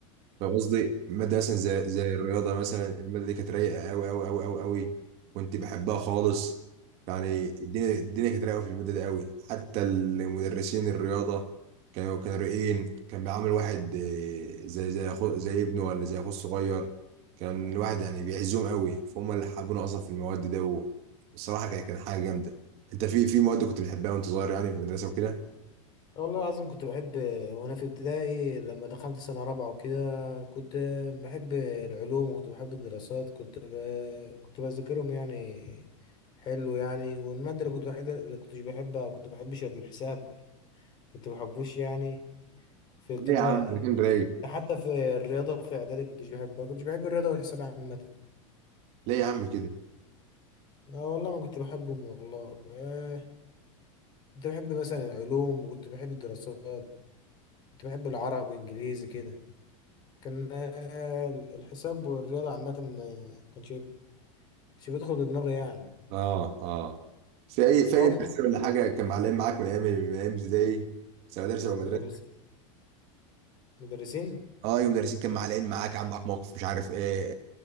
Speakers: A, on the right; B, on the left.
A: فاهم قصدي مادة مثلا زي زي الرياضة مثلا المادة دي كانت رايقة أوي أوي أوي أوي أوي كنت بحبها خالص يعني الدنيا الدنيا كانت رايقة في المادة دي أوي حتى المدرسين الرياضة كانوا كانوا رايقين كان بيعامل واحد آه، زي زي أخو زي ابنه ولا زي أخوه الصغير كان الواحد يعني بيعزهم أوي فهم اللي حابين أصلا في المواد ده والصراحة كانت كانت حاجة جامدة أنت في في مواد كنت بتحبها وأنت صغير يعني في المدرسة وكده؟
B: والله العظيم كنت بحب وانا في ابتدائي لما دخلت سنة رابعة وكده كنت بحب العلوم وكنت بحب الدراسات كنت ب... كنت بذاكرهم يعني حلو يعني والمادة اللي كنت بحب اللي كنتش بحبها كنت بحبش الحساب كنت بحبوش يعني في ابتدائي
A: ليه يا عم؟ الاتنين رايق
B: ده حتى في الرياضة في اعدادي كنتش بحبها كنتش بحب الرياضة والحساب عامة
A: ليه يا عم كده؟
B: اه والله ما كنت بحبهم والله آه، كنت بحب مثلا العلوم وكنت بحب الدراسات كنت بحب العربي انجليزي كده كان آه، الحساب والرياضة عامة آه، كان شيء شيء بيدخل دماغي يعني
A: اه اه في اي في
B: أو
A: اي مدرسين ولا حاجه كان معلقين معاك من ايام من ايام ابتدائي سواء مدرسه او مدرسه
B: مدرسين مدرسين
A: اه اي مدرسين كان معلقين معاك عم معاك موقف مش عارف ايه